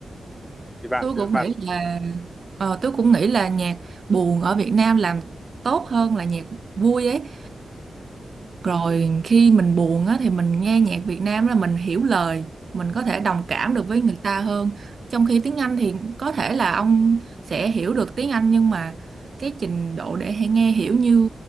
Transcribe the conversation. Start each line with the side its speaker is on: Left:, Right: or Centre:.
Centre: thì bạn
Right: Tôi cũng
Centre: bạn
Right: nghĩ là ờ, tôi cũng nghĩ là nhạc buồn ở Việt Nam làm tốt hơn là nhạc vui ấy Rồi khi mình buồn á, thì mình nghe nhạc Việt Nam là mình hiểu lời, mình có thể đồng cảm được với người ta hơn. Trong khi tiếng Anh thì có thể là ông sẽ hiểu được tiếng Anh nhưng mà cái trình độ để hay nghe hiểu như